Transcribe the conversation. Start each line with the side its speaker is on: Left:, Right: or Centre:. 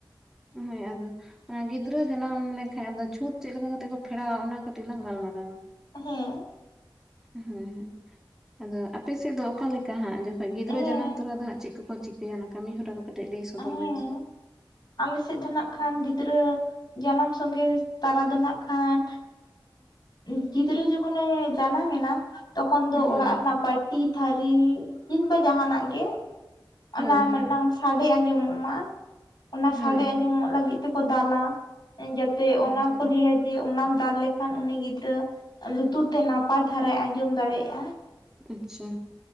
Centre: ᱦᱳᱭ ᱟᱫᱚ ᱚᱱᱟ ᱜᱤᱫᱽᱨᱟᱹ ᱡᱟᱱᱟᱢ ᱞᱮᱱᱠᱷᱟᱡ ᱟᱫᱚ ᱪᱷᱩᱸᱛ ᱪᱮᱫ ᱞᱮᱠᱟ ᱠᱟᱛᱮᱜ ᱠᱚ ᱯᱷᱮᱲᱟᱣᱟ ᱚᱱᱟ ᱠᱟᱹᱴᱤᱡ ᱞᱟᱝ ᱜᱟᱞᱢᱟᱨᱟᱣᱟ
Left: ᱦᱮᱸ
Centre: ᱦᱮᱸ ᱦᱮᱸ ᱟᱫᱚ ᱟᱯᱮ ᱥᱮᱫ ᱫᱚ ᱚᱠᱟ ᱞᱮᱠ ᱠᱟᱦᱟᱸ ᱡᱚᱠᱷᱚᱱ ᱜᱤᱫᱽᱨᱟᱹ
Left: ᱦᱮᱸ
Centre: ᱡᱟᱱᱟᱢ ᱛᱚᱨᱟ ᱫᱚ ᱦᱟᱸᱜ ᱪᱮᱫ ᱠᱚᱠᱚ ᱪᱤᱠᱟᱹᱭᱟ ᱚᱱᱟ ᱠᱟᱹᱢᱤ ᱦᱚᱨᱟ ᱠᱚ ᱠᱟᱹᱴᱤᱡ ᱞᱟᱹᱭ ᱥᱚᱫᱚᱨ
Left: ᱦᱮᱸ
Centre: ᱵᱮᱱ ᱥᱮ᱾
Left: ᱟᱞᱮ ᱥᱮᱫ ᱫᱚ ᱱᱟᱜ ᱠᱷᱟᱱ ᱜᱤᱫᱽᱨᱟᱹ ᱡᱟᱱᱟᱢ ᱥᱚᱸᱜᱮ ᱛᱟᱨᱟ ᱫᱚ ᱱᱟᱜ ᱠᱷᱟᱱ ᱮᱜ ᱜᱤᱫᱽᱨᱟᱹ ᱡᱚᱠᱷᱚᱱᱮ ᱡᱟᱱᱟᱢ ᱮᱱᱟ ᱛᱚᱠᱷᱚᱱ ᱫᱚ
Centre: ᱦᱳᱭ
Left: ᱚᱲᱟᱜ
Centre: ᱦᱳᱭ
Left: ᱨᱮᱱᱟᱜ ᱵᱟᱹᱴᱤ ᱛᱷᱟᱹᱨᱤ ᱠᱤᱢᱵᱟ ᱡᱟᱦᱟᱱᱟᱜ ᱜᱮ ᱚᱱᱟ
Centre: ᱦᱳᱭ ᱦᱳᱭ
Left: ᱢᱤᱫᱴᱟᱝ ᱥᱟᱰᱮ ᱟᱸᱡᱚᱢᱚᱜ ᱢᱟ ᱚᱱᱟ
Centre: ᱦᱳᱭ
Left: ᱥᱟᱰᱮ ᱟᱸᱡᱚᱢᱚᱜ ᱞᱟᱹᱜᱤᱫ ᱛᱮᱠᱚ ᱫᱟᱞᱟ ᱡᱟᱛᱮ ᱚᱱᱟ
Centre: ᱟᱪᱪᱷᱟ
Left: ᱠᱚ ᱞᱟᱹᱭᱟ ᱡᱮ ᱚᱱᱟᱢ ᱫᱟᱞ ᱞᱮᱠᱷᱟᱱ ᱩᱱᱤ ᱜᱤᱫᱽᱨᱟᱹ ᱞᱩᱛᱩᱨ ᱛᱮ ᱱᱟᱯᱟᱭ ᱫᱷᱟᱨᱟᱭ ᱟᱸᱡᱚᱢ ᱫᱟᱲᱮᱭᱟᱜᱼᱟ᱾
Centre: ᱟᱪᱪᱷᱟ